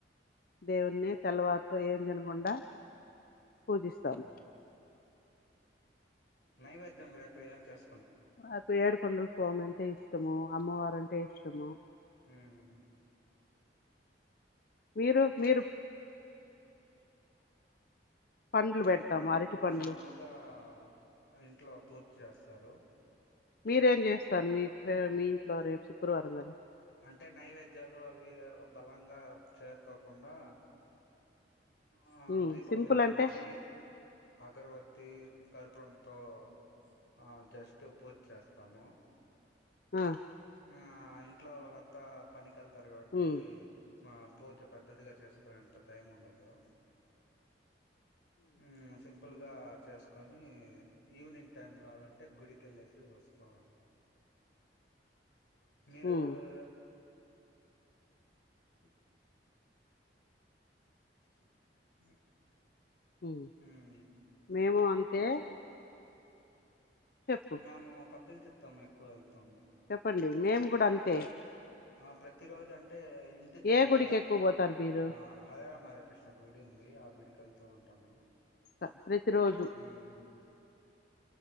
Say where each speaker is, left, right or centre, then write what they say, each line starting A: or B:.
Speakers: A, on the left; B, on the left.
A: దేవుణ్ణి తెల్లవారుతో ఏం తినగుండా పూజిస్తారు.
B: ఉమ్ నైవేద్యం రేపు ఎమ్ చేస్
A: నాకు ఏడుకొండలు స్వామి అంటే ఇష్టము, అమ్మవారంటే ఇష్టము.
B: హుహు్
A: మీరు మీరు పండ్లు
B: హు
A: పెడతాము
B: లేపు
A: అరటి పండ్లు
B: సింపుల్గా మా ఇంట్లా పూజ్ జేస్తారు.
A: మీరేం జేస్తారు. మీ ఫ్రొ మీ ఇంట్లో రేపు శుక్రవారం కదా
B: అంటే నైవేద్యాలు అవి బలంగా చేసుకోకుండా మా
A: ఉమ్,
B: దీపం
A: సింపుల్
B: వెలిగించి
A: అంటే
B: అగర్వతిల్ కర్పూరంతో ఆ జస్ట్ పూజ్ జేస్తాము.
A: ఆ
B: నా ఇంట్లో వాళ్ళంతా పనికెళ్తారు గావట్టి
A: ఉమ్,
B: మా పూజ పెద్దదిగా చేసుకునేంత టైం ఉండదు. ఉమ్ సింప్ ప్పులుగా చేసుకొని ఈవినింగ్ టైం కావాలంటే గుడికెళ్ళేసి వస్తా వాన్ మీరు
A: ఉమ్,
B: యా పెటేక్ <inaudible>
A: హు
B: మ్మ్
A: మేము అంతే చెప్పు
B: మాము కప్పిల్ తిత్తాము, ఎక్కువ ఏళ్తాము.
A: చెప్పండి. మేము కూడా అంతే
B: ఆ ప్రతి రోజు అంటే ఇంటి దగ్గర
A: ఏ గుడికి ఎక్కువ పోతారు మీరు
B: ఆ హరేరామ్ హరేకృష్ణ గుడి ఉంది. ఆ గుడిక్ కెళ్తా ఉంటాను.
A: ప ప్రతిరోజు
B: మ్మ్